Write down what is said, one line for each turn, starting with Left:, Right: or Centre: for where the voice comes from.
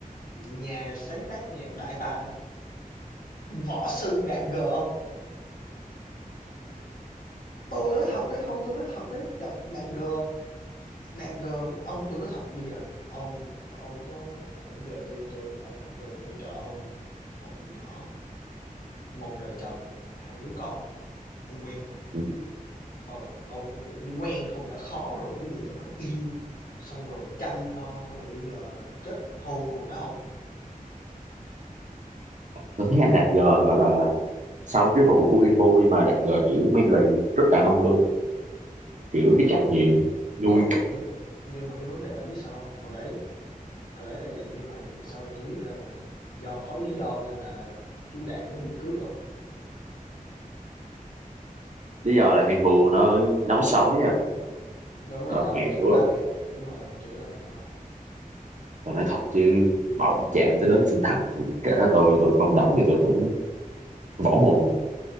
Left: nhà sáng tác nhạc đại tài không Võ sư Đạt G không Tôi nói thật đấy, không, tôi nói thật đấy, Đạt Đạt G Đạt G ông tôi nói thật bây giờ nè, ông ông có giờ tôi tôi, ờ, tôi tôi cho ông một con nhỏ, một đời chồng, 2 đứa con, ông quen không
Right: ừ.
Left: Ừ, ông quen không đã khó rồi chứ đừng có nói yêu, xong rồi chăm lo, xong rồi bây giờ là kết hôn rồi đó ông.
Right: tôi thấy anh Đạt G gọi là sau cái vụ của Inbu nhưng mà Đạt G kiểu manly rất đàn ông luôn kiểu cái trách
Left: Không không
Right: nhiệm nuôi
Left: ừ,
Right: c-
Left: nhưng nhưng mà cái vấn đề là ông biết sao hông? Hồi đấy hồi đấy là vậy nhưng mà sau này tôi biết ra là do có lý do nên là chú Đạt mới đi cướp không
Right: lý do là Inbu nó nấu sói à
Left: Đúng rồi
Right: ba
Left: ông,
Right: mẹ
Left: chửi
Right: đúng
Left: ba
Right: không
Left: mẹ, đúng rồi ông, chửi ba mẹ không
Right: tôi nói thật chứ bỏng chạm tới đến sinh thành thì kể cả tôi tôi không đấm thì tôi cũng võ mồm